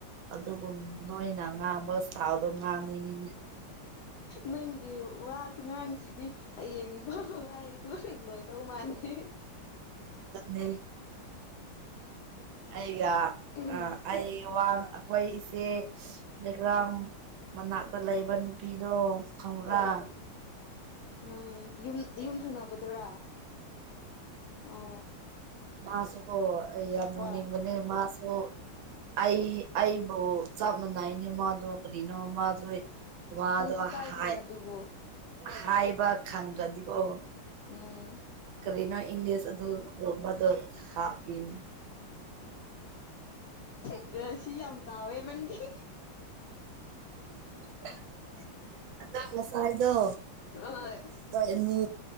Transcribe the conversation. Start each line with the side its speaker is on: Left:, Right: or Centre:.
Right: ꯑꯗꯨꯒꯨꯝ ꯅꯣꯏꯅ ꯉꯥꯡꯕꯒ ꯊꯥꯎꯗꯣ ꯉꯥꯡꯅꯤꯡꯉꯤꯅꯤ
Left: ꯅꯪꯒꯤ ꯋꯥ ꯈꯨꯃꯥꯡꯁꯤꯗꯤ ꯍꯌꯦꯡ ꯐ ꯍꯥꯏꯔꯁꯨ ꯂꯣꯏꯗꯧ ꯃꯥꯂꯦ
Right: ꯂꯩ ꯑꯩꯒ
Left: ꯎꯝ
Right: ꯑ ꯑꯩ ꯋꯥ ꯑꯩꯈꯣꯏ ꯏꯆꯦ ꯄ꯭ꯂꯦꯒ꯭ꯔꯥꯎꯟ ꯃꯅꯥꯛꯇ ꯂꯩꯕ ꯅꯨꯄꯤꯗꯣ ꯈꯥꯎꯔꯥ
Left: ꯍꯣꯏ ꯅꯣꯏ ꯌꯨꯝ ꯌꯨꯝ ꯊꯪꯅꯕꯗꯨꯔꯥ ꯎ
Right: ꯃꯥꯁꯨꯣ ꯑꯩ ꯌꯥꯝ ꯅꯨꯅꯤꯡꯕꯅꯦ
Left: ꯍꯣꯏ
Right: ꯃꯥꯁꯨ ꯑꯩ ꯑꯩꯕꯨ ꯆꯞ ꯃꯥꯟꯅꯏꯅꯦ ꯃꯥꯗꯣ ꯀꯔꯤꯅꯣ ꯃꯥꯁꯨ ꯋꯥꯗꯣ
Left: ꯀꯩꯁꯨ ꯀꯥꯏꯗꯦꯅ
Right: ꯍꯥꯏ
Left: ꯑꯗꯨꯕꯨ
Right: ꯍꯥꯏꯕ ꯈꯪꯗ꯭ꯔꯗꯤꯀꯣ
Left: ꯎꯝ
Right: ꯀꯔꯤꯅꯣ ꯏꯪꯂꯤꯁ ꯑꯗꯨ ꯑꯗꯨ ꯍꯥ ꯄꯤꯅꯤ
Left: ꯕꯤꯔ ꯁꯤ ꯌꯥꯝ ꯆꯥꯎꯋꯦ ꯅꯪꯒꯤ
Right: <inaudible> ꯑꯗ ꯃꯁꯥꯥꯏꯗꯣ
Left: ꯍꯣꯏ
Right: ꯀꯣꯏꯅꯤ